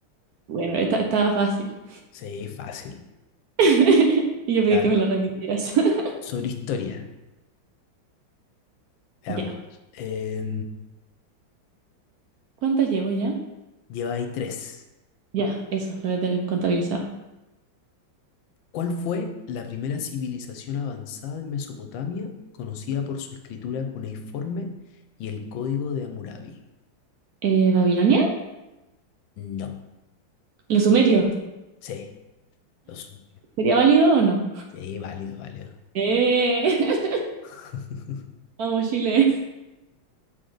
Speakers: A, on the right (about 65°); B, on the left (about 75°).
A: Bueno, esta estaba fácil.
B: Sí, fácil.
A: <laughs> Y yo pedí
B: Ya,
A: que me la repitieras. <laughs>
B: sobre historia, veamos.
A: Ya.
B: Eh,
A: ¿Cuántas llevo ya?
B: lleva ahí tres.
A: Ya, eso, lo voy a tener contabilizado.
B: ¿Cuál fue la primera civilización avanzada en Mesopotamia conocida por su escritura cuneiforme y el código de Hammurabi?
A: Eh, ¿Babilonia?
B: No,
A: ¿Los sumerios?
B: sí, lo supe.
A: ¿Sería válido o no?
B: Sí, válido, válido.
A: Eh, <laughs>
B: <laughs>
A: vamos, Chile.